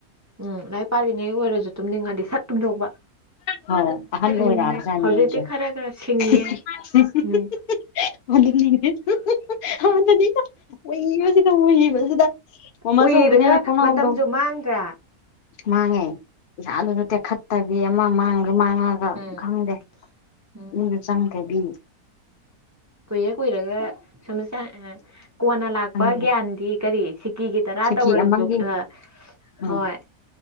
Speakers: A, on the right (about 20°); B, on the left (about 45°).
A: ꯎꯝ ꯂꯥꯏꯔꯤꯛ ꯄꯥꯔꯤꯉꯩ ꯑꯣꯏꯔꯁꯨ ꯇꯨꯝꯅꯤꯡꯉꯗꯤ ꯁꯠ ꯇꯨꯝꯊꯣꯛꯄ
B: ꯍꯥꯎ ꯑꯍꯟ
A: ꯁꯤꯡꯉꯦ
B: ꯑꫭꯏꯔꯛꯑꯕ ꯖꯥꯠꯅꯤ
A: ꯍꯧꯖꯤꯛꯇꯤ
B: ꯑꯩꯁꯨ
A: ꯈꯔ ꯈꯔ ꯁꯤꯡꯉꯦ
B: <unintelligible>
A: ꯎꯝ
B: <inaudible> ꯃꯥꯃꯥꯆꯧꯕꯤꯅꯥ
A: ꯎꯏꯔꯒ
B: ꯊꫭꯡꯅꯥꯎꯗꫭ
A: ꯃꯇꯝꯁꯨ ꯃꯥꯡꯗ꯭ꯔꯥ
B: ꯃꯥꯡꯉꯦ ꯏꯁꯥ ꯑꯗꯨꯁꯨ ꯇꯦꯛꯈꯠꯇꯕꯤ ꯑꯃ ꯃꯥꯡꯒꯔ꯭ ꯃꯥꯡꯉꯛ ꯈ
A: ꯎꯝ
B: ꯈꯪꯗꯦ
A: ꯎꯝ
B: ꯃꯤꯗꯣ ꯆꯪꯗ꯭ꯔꯦꯕꯤ__
A: ꯀꯨꯏꯔ ꯀꯨꯏꯔꯒ ꯁꯨꯝ ꯁ ꯑ ꯀꯣꯟꯅ ꯂꯥꯛꯄ
B: ꯈꯪꯉꯛꯑꯦ
A: ꯒ꯭ꯌꯥꯟꯗꯤ ꯀꯔꯤ ꯁꯤ __ ꯀꯤꯒꯤ ꯇꯔꯥ
B: ꯁꯤꯀꯤ
A: ꯇꯧꯔꯖꯨ
B: ꯑꯃꯒꯤ
A: ꯑꯥ
B: ꯎꯝ
A: ꯍꯣꯏ__